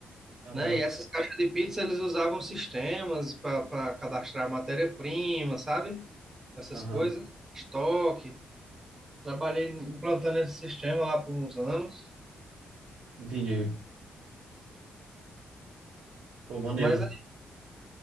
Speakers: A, on the right; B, on the right.
A: Aham,
B: né? E essas caixas de pizza eles usavam sistemas para cadastrar matéria-prima, sabe? Essas
A: aham,
B: coisas, estoque. Trabalhei implantando esse sistema lá por uns anos.
A: entendi. Pô, maneiro.
B: Mas aí,